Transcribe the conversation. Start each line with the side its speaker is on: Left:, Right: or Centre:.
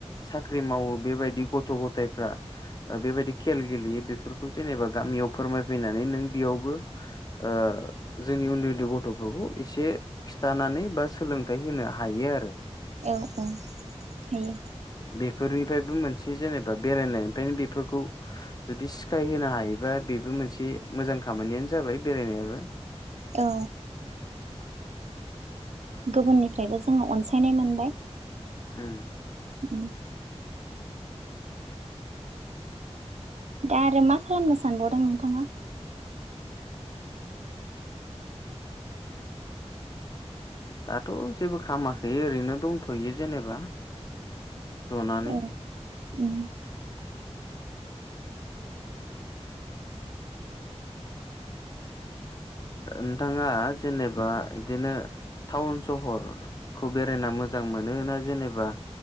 Left: साख्रि मावो बेबायदि गथ' गथायाइफ्रा बेबायदि खेल गेलेयो बेफोरखौ जेनेबा गामियाव फोरमायफैनानै नों बेयावबो ओ जोंनि उन्दै उन्दै गथ'फोरखौ एसे खिन्थानानै बा सोलोंथाइ होनो हायो आरो
Right: औ औ हायो
Left: बेफोरनिफ्रायबो मोनसे जेनेबा बेरायनायनिफ्रायनो बेफोरखौ जुदि सिखाय होनो हायोबा बेबो मोनसे मोजां खामानियानो जाबाय बेरायनायाबो।
Right: औ गुबुननिफ्रायबो जोङो अनसायनाय मोनबाय।
Left: उम
Right: उम दा आरो मा खालामनो सानबावदों नोंथाङा?
Left: दाथ' जेबो खालामामाखै ओरैनो दंथ'यो जेनेबा। जनानै
Right: औ उम
Left: नोंथाङा जेनेबा बिदिनो टाउन सहर खौ बेरायना मोजां मोन ना जेनेबा